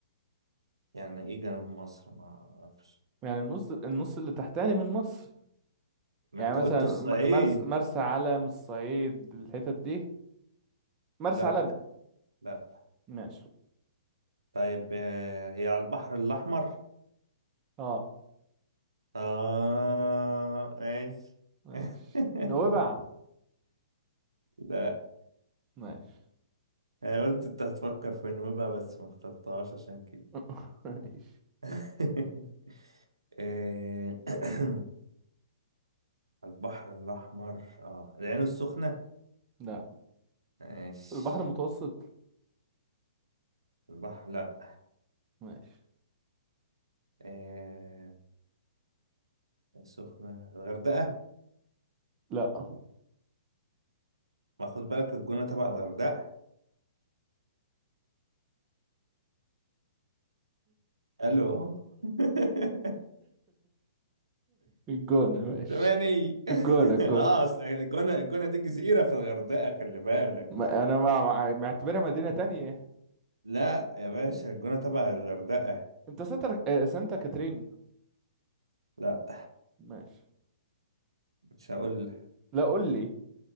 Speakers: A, on the right; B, on the right.
A: يعني ايه جنوب مصر ما اعرفش
B: يعني النص النص اللي تحتاني من مصر
A: ما
B: يعني
A: انت
B: مثلا
A: قلت الصعيد
B: م- مرس مرسى علم الصعيد الحتت دي مرسى
A: لا
B: علم
A: لا
B: ماشي
A: طيب آه، هي على البحر الأحمر
B: اه
A: اه ماشي
B: ماشي
A: <laughs>
B: نوبع
A: لا
B: ماشي
A: انا قلت انت هتفكر في نوبة بس ما اخترتهاش عشان كده
B: <laughs> ماشي
A: <laughs> إيه <clears throat> <coughs> البحر الأحمر اه العين السخنة
B: لا
A: ماشي
B: البحر المتوسط
A: البحر لا
B: ماشي
A: آه. السخنة الغردقة
B: لا <laughs>
A: ما خد بالك الجونة تبع الغردقة الو <laughs>
B: الجونة ماشي
A: زماني
B: الجونة
A: <laughs>
B: الجونة
A: اه أصل الجونة الجونة دي جزيرة في الغردقة خلي بالك
B: ما انا ما ما- معتبرها مدينة تانية
A: لا يا باشا الجونة تبع الغردقة
B: انت سانتا آه، سانتا كاترين
A: لا
B: ماشي
A: مش هقول
B: لا قول لي